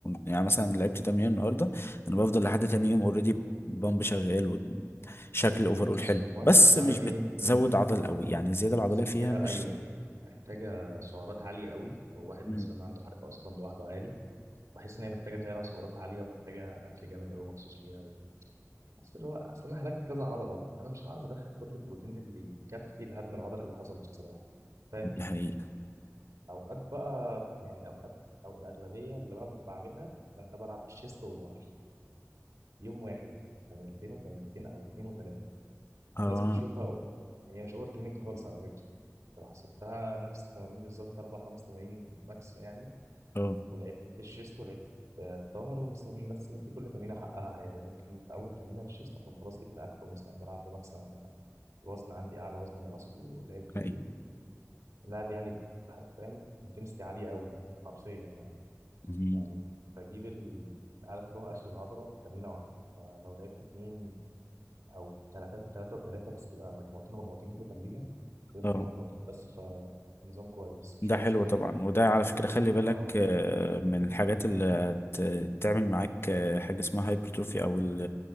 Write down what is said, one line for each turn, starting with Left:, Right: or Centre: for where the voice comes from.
Left: يعني مثلا لعبت تمرين النهاردة انا بفضل لحد تاني يوم اوريدي بامب شغال وشكل اوفرول
Right: بص
Left: حلو
Right: هو
Left: بس
Right: انا انا
Left: مش
Right: ايه
Left: بتزود
Right: مم،
Left: عضل قوي يعني الزيادة العضلية
Right: بحس
Left: فيها
Right: ان هي
Left: مش
Right: ايوه محتاجه سعرات عاليه قوي او واحد
Left: مم.
Right: مثلا عنده حرق اصلا لوحده عالي بحس ان هي محتاجه فعلا سعرات عاليه ومحتاجه اكل جامد قوي مخصوص ليها بحس اللي هو اصل انا هلكت كذا عضله انا مش هعرف ادخل كل البروتين اللي يكفي الهدم العضلي اللي حصل بصراحه فاهم؟
Left: دي حقيقة
Right: اوقات بقى يعني اوقات او الاغلبيه اللي انا بعملها ان انا بلعب شيست وظهر يوم واحد تمرينتين وتمرينتين او اتنين وتلاته
Left: اه
Right: في ناس بتشوفها هي مش اوفر تريننج خالص على فكره لو حسبتها نفس التمارين بالظبط اربع خمس تمارين ماكس يعني
Left: اه
Right: ولعبت الشيست ولعبت آه، الظهر ومثلا بس مدي كل تمرينه حقها عادي يعني ممكن في اول تمرينه للشيست اكون خلاص جبت اخره مثلا بلعب مثلا وزن عندي اعلى وزن انا ماسكه ولعبت
Left: أي.
Right: بيه لعب يعني فاهم انتنستي عاليه قوي حرفيا يعني
Left: مم.
Right: يعني بجيب ال... عارف اللي هو آخر العضلة بتمرينة واحدة فلو لعبت اتنين أو تلاتة تلاتة وتلاتة بس تبقى مجموعتين ومجموعتين كل تمرينة كل
Left: اه
Right: تمرينة مجموعتين بس فنظام كويس
Left: ده
Right: مش وحش
Left: حلو
Right: وجاب
Left: طبعا وده على فكرة خلي بالك
Right: اه
Left: آه، من الحاجات اللي هتعمل معاك آه، حاجة اسمها هايبرتروفي أو ال-